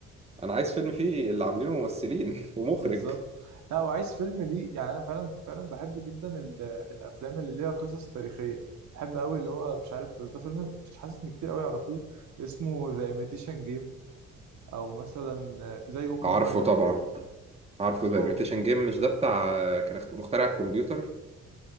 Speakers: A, on the right (about 20°); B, on the right (about 65°).
A: انا عايز فيلم فيه اللي عاملينه ممثلين <laughs> ومخرج
B: بالظبط لا وعايز فيلم ليه يعني انا فعلا فعلا بحب جدا ال- الافلام اللي ليها قصص تاريخيه بحب قوي اللي هو مش عارف بس ده فيلم مش حاسس ان كتير قوي يعرفوه اسمه ذا ايميتيشن جيم او مثلا زي اوبنهايمر
A: عارفه طبعا
B: كده
A: عارفه
B: هو
A: ده imitation game مش ده بتاع كان اخت- مخترع الكمبيوتر